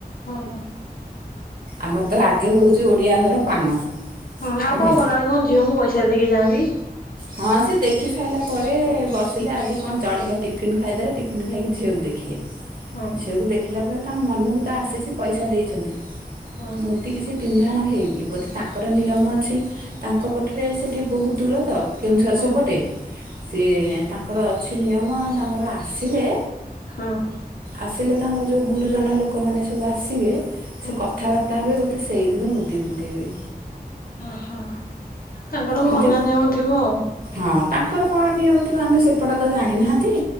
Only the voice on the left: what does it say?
ହଁ ହଁ।
ହୁଁ ଆଉ
କଣକଲା କଣ ଝିଅଙ୍କୁ ପଇସା ଦେଇକି ଯାଆନ୍ତି?
ହଁ
ହଁ
ହଁ
ହଁ।
ହଁ
ଓହୋ ତାଙ୍କର
ଅଲଗା ନିୟମଥିବ ଆଉ।